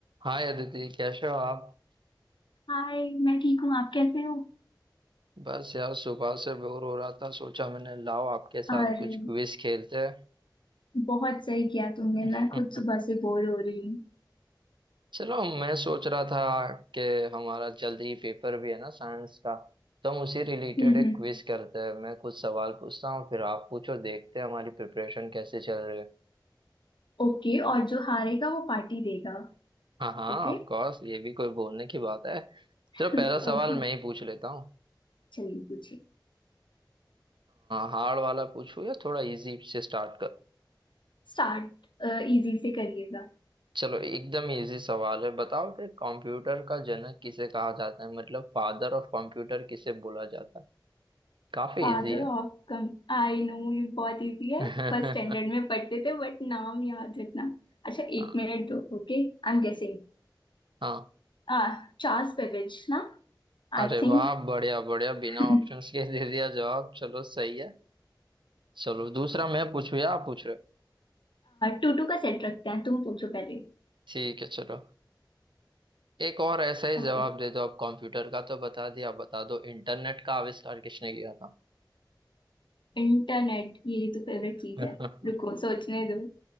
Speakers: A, on the right (about 85°); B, on the left (about 80°).
A: हाय अदिति कैसे हो आप
B: हाय मैं ठीक हूँ आप कैसे हो
A: बस यार सुबह से बोर हो रहा था सोचा मैंने लाओ आपके साथ
B: अरे
A: कुछ क्विज खेलते
B: बहुत सही किया तुमने
A: हैं
B: मैं खुद सुबह से बोर हो रही हूँ
A: <laughs> चलो मैं सोच रहा था कि हमारा जल्दी ही पेपर भी है ना साइंस का तो हम उसी रिलेटेड
B: हम्म
A: एक क्विज करते हैं मैं कुछ सवाल पूछता हूँ फिर आप पूछो देखते हैं हमारी प्रिपरेशन कैसे चल रही है
B: ओके और जो हारेगा वो पार्टी देगा
A: हाँ हाँ
B: ओके
A: ऑफ कोर्स ये भी कोई बोलने की बात है
B: <laughs>
A: चलो पहला सवाल
B: ओके
A: मैं ही पूछ लेता हूँ
B: चलिए पूछिए
A: हार्ड वाला पूछूं या थोड़ा इजी से स्टार्ट
B: स्टार्ट इजी से करिएगा
A: चलो एकदम इजी सवाल है बताओ कि कंप्यूटर का जनक किसे कहा जाता है मतलब फादर ऑफ कंप्यूटर किसे बोला जाता है काफी
B: फादर
A: इजी है
B: ऑफ कम आई नो ये बहुत इजी है
A: <laughs>
B: फर्स्ट स्टैंडर्ड में पढ़ते थे बट नाम याद रखना अच्छा एक
A: हाँ
B: मिनट दो Okay I am guessing
A: हाँ
B: Uh Charles Babbage ना I
A: अरे
B: think
A: वाह बढ़िया बढ़िया
B: <laughs>
A: बिना
B: Hmm
A: ऑप्शंस के दे दिया जवाब चलो सही है चलो दूसरा मैं पूछू या आप पूछ रहे हो
B: Two two का सेट रखते हैं तुम पूछो पहले
A: ठीक है चलो एक और ऐसा ही
B: ओके
A: जवाब दे दो आप कंप्यूटर का तो बता दिया बता दो इंटरनेट का आविष्कार किसने किया था
B: इंटरनेट ये तो फेवरेट चीज
A: <laughs>
B: है रुको सोचने दो